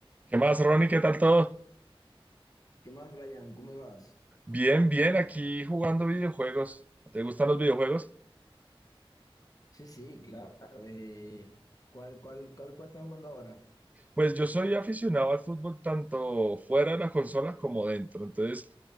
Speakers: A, on the right (about 15°); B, on the left (about 40°).
A: ¿Qué más, Ronnie? ¿Qué tal todo?
B: ¿Qué más, Brian? ¿Cómo vas?
A: Bien, bien, aquí jugando videojuegos. ¿Te gustan los videojuegos?
B: Sí, sí, claro. eh, ¿cuál, cuál, cuál, cuál estás jugando ahora?
A: Pues yo soy aficionado al fútbol tanto fuera de la consola como dentro. Entonces,